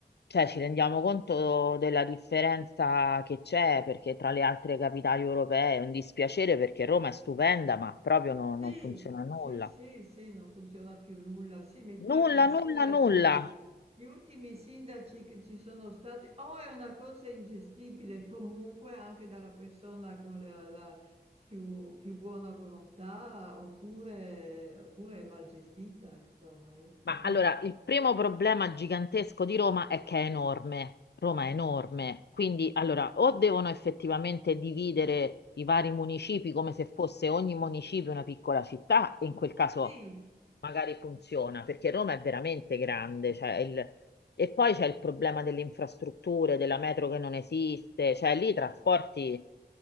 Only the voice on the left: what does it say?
cioè ci rendiamo conto della differenza che c'è, perché tra le altre capitali europee è un dispiacere perché Roma è stupenda, ma proprio non
non funziona
nulla.
Nulla,
nulla, nulla.
Ma allora,
il primo problema gigantesco di Roma è che è enorme. Roma è enorme, quindi allora o devono effettivamente dividere i vari municipi come se fosse ogni municipio una piccola città, e in quel caso
magari funziona, perché Roma è veramente grande, cioè il- e poi c'è il problema delle infrastrutture, della metro che non esiste, cioè lì i trasporti